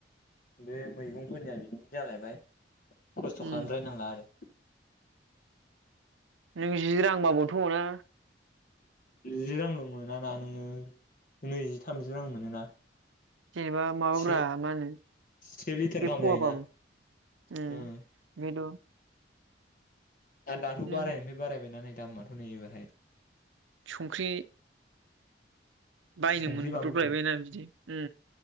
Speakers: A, on the left; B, on the right.
A: बे मैगंफोरनिया बिनिनो जालायबाय। खस्थ'
B: उम
A: खालामद्रायनांला आरो।
B: <unintelligible> जि रां बाबोथ' ना?
A: जि रांल' मोना ना नोङो नैजि थामजि रां मोनोना
B: जेनेबा माबाब्रा
A: से
B: मा होनो
A: से लिटार
B: बे
A: गाहाम
B: फवाबाबो
A: जायोना
B: ओम
A: उम
B: बेद'
A: दा-दाथ'
B: नों
A: बायनायनिफ्राय बारायबायना दामाथ नै एबारहाय
B: संख्रि बायनो
A: संख्रि
B: मोनब्रबलायबायना
A: बानलु
B: बिदि ओ